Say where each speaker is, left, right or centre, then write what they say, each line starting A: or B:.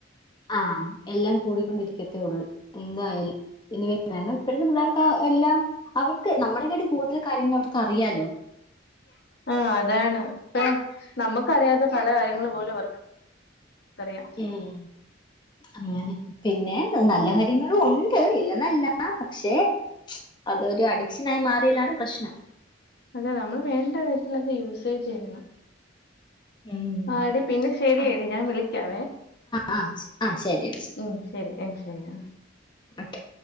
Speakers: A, on the left; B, on the left.
A: ആഹ് എല്ലാം കൂടിക്കൊണ്ടിരിക്കത്തേയുള്ളൂ എന്തായാലും ഇനി. കാരണം ഇപ്പഴത്തെ പിള്ളേർക്ക് എല്ലാം അവർക്ക് നമ്മളെകാട്ടി കൂടുതൽ കാര്യങ്ങൾ അവർക്ക് അറിയാല്ലോ.
B: ആഹ് അതാണ് പ്പ നമ്മക്കറിയാത്ത പല കാര്യങ്ങളുപോലും അവർക്ക്. പർയാ.
A: ഉം. അങ്ങനെ പിന്നെ നല്ലകാര്യങ്ങളു ഉണ്ട് ഇല്ലെന്നല്ല പക്ഷെ. അതൊരു അഡിക്ഷനായി മാറിയലാണ് പ്രശ്നം.
B: അതാ നമ്മള് വേണ്ട വിധത്തിലത് യൂസേജ് ചെയ്യണം.
A: ഉം
B: ആടി പിന്നെ ശരിയെടി
A: ഉം.
B: ഞാൻ വിളിക്കാവേ
A: ആ ശ- ആ ശരി
B: ഉം. ശരി അഹ് ശരി ആ
A: ഒക്കെ